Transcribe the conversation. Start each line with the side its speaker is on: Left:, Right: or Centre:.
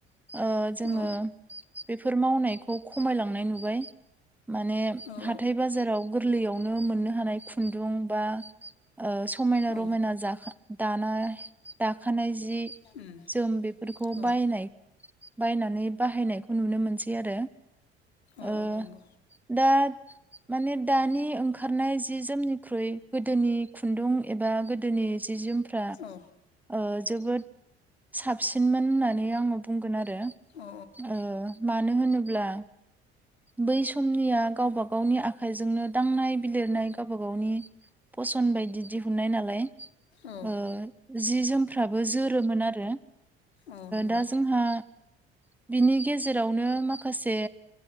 Centre: ओ जोङो
Left: औ
Centre: बेफोर मावनायखौ खमायलांनाय नुबाय। माने
Left: औ
Centre: हाथाय बाजाराव गोरलैयावनो मोननो हानाय खुन्दुं बा ओ समायना
Left: औ
Centre: रमायना जाखा दानाय दाखानाय जि
Left: उम
Centre: जोम बेफोरखौ
Left: औ
Centre: बायनाय बायनानै बाहायनायखौ नुनो मोनसै आरो
Left: औ
Centre: ओ
Left: नंगौ
Centre: दा माने दानि ओंखारनाय जि जोमनिख्रुइ गोदोनि खुन्दुं एबा गोदोनि जि जोमफ्रा
Left: औ
Centre: ओ जोबोद साबसिनमोन होननानै आङो बुंगोन आरो।
Left: औ
Centre: ओ मानो होनोब्ला बै समनिया गावबा गावनि आखाइजोंनो दांनाय बिलिरनाय गावबा गावनि फसन्द बायदि दिहुननाय नालाय
Left: औ
Centre: ओ जि जोमफ्राबो जोरोमोन आरो
Left: औ नंगौ
Centre: दा जोंहा बिनि गेजेरावनो माखासे